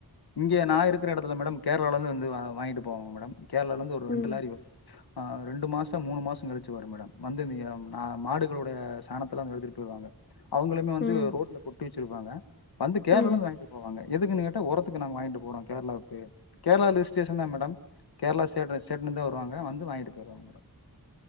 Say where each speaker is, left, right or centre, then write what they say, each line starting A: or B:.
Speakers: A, on the left (about 80°); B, on the left (about 30°).
A: இங்கெ நா இருக்கிற எடத்துல மேடம் கேர்ளால இருந்து வந்து வா வாங்கிட்டு போவாங்க மேடம் கேர்ளால இருந்து ஒரு ரெண்டு
B: ம்
A: லாரி வரு ஆ ரெண்டு மாச மூணு மாச கழிச்சி வரு மேடம் வந்து இந்தய ஆ மாடுகளுடைய சாணத்தலா வந்து எடுத்துட்டு போயிடுவாங்க அவ்ங்களுமே வந்து
B: ம்
A: ரோட்ல கொட்டி வச்சுருப்பாங்க வந்து கேர்ளாலருந்து
B: ம்
A: வாங்கிட்டு போவாங்க எதுக்குன்னு கேட்டா ஒரத்துக்கு நாங்க வாங்கிட்டு போறோ கேர்ளாவுக்கு கேர்ளா லிஸ்டேஷன் தா மேடம் கேர்ளா சைட் இந்த சேட்லருந்தா வருவாங்க வந்து வாங்கிட்டு போயிருவாங்க மேடம்